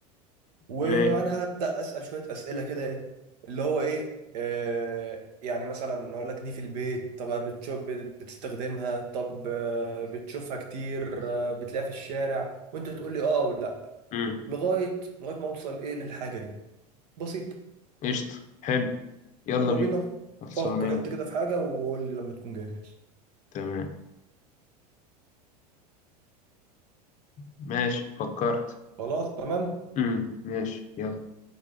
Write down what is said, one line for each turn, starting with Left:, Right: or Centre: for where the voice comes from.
Right: وانا
Left: ماشي
Right: هبدأ اسأل شوية اسئلة كده ايه اللي هو ايه آه يعني مثلا اقول لك دي في البيت طب بتشوف بتستخدمها طب آه بتشوفها كتير آه بتلاقيها في الشارع وانت تقول لي اه او لا
Left: امم
Right: لغاية لغاية ما اوصل ايه للحاجة دي بسيطة
Left: قشطه حلو يلا
Right: يلا
Left: بينا
Right: بينا
Left: خلصانه
Right: فكر
Left: يلا
Right: انت كده في حاجة وقول لي لما تكون جاهز
Left: تمام ماشي فكرت
Right: خلاص تمام
Left: امم ماشي يلا